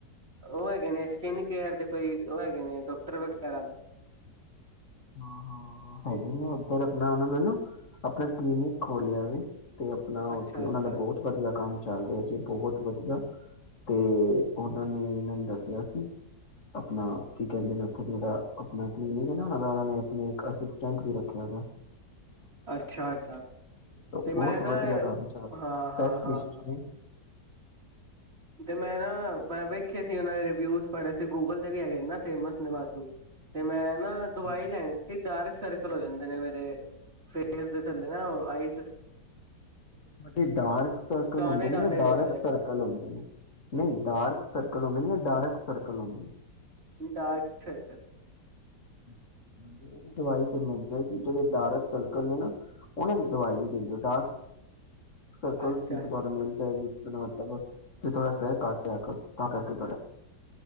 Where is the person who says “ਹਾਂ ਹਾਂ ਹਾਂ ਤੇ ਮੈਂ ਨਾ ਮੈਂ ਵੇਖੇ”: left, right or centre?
Right